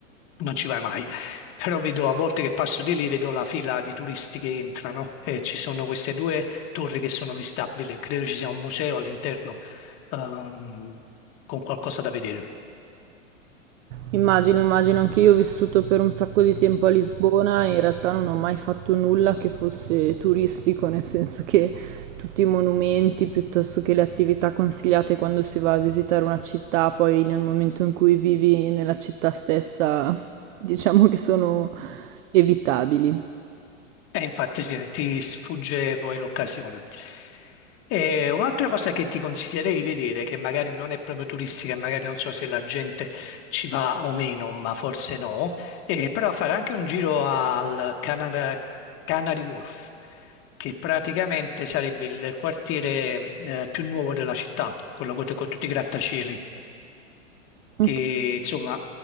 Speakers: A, on the left; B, on the right.
A: non ci vai mai. Però vedo a volte che passo di lì, vedo la fila di turisti che entrano e ci sono queste due torri che sono visitabili. Credo ci sia un museo all'interno, ehm, con qualcosa da vedere.
B: Immagino, immagino, anche io ho vissuto per un sacco di tempo a Lisbona e in realtà non ho mai fatto nulla che fosse turistico, nel senso che tutti i monumenti piuttosto che le attività consigliate quando si va a visitare una città, poi nel momento in cui vivi nella città stessa, <laughs> diciamo che sono evitabili.
A: E infatti sì, ti sfugge poi l'occasione. E un'altra cosa che ti consiglierei di vedere, che magari non è proprio turistica, magari non so se la gente ci va o meno, ma forse no, eh, però fare anche un giro al Canada- Canary Wharf, che praticamente sarebbe il quartiere eh, più nuovo della città, quello con, con tutti i grattacieli che
B: Ok.
A: insomma